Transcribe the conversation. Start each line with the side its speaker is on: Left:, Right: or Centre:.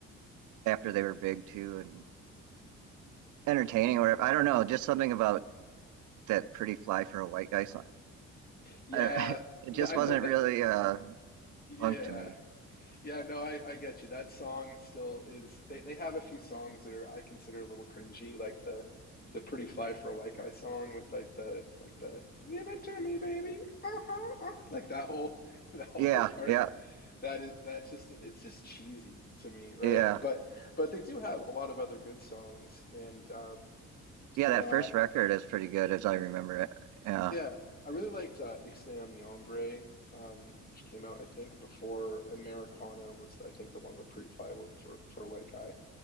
Right: after they were big too, and entertaining or whatever. I don't know, just something about that pretty fly for a white guy song.
Left: yeah.
Right: I, <laughs> it just
Left: I
Right: wasn't
Left: know that.
Right: really uh
Left: Yeah.
Right: punk to me.
Left: Yeah, no, I, I get you. That song still is they, they have a few songs that are I consider a little cringy, like the the Pretty Fly for a White Guy song with like the like the give it to me, baby. Uh-huh, uh Like that whole <laughs> that whole
Right: Yeah,
Left: part.
Right: yeah,
Left: That is that's just it's just cheesy to me, right?
Right: yeah.
Left: But but they do have a lot of other good songs and um
Right: Yeah,
Left: you
Right: that
Left: know
Right: first
Left: I.
Right: record is pretty good as I remember it. Yeah.
Left: Yeah, I really liked uh, Ixnay on the Ombre, um, which came out, I think, before Americana was, I think, the one with Pretty Fly with, for, for a White Guy.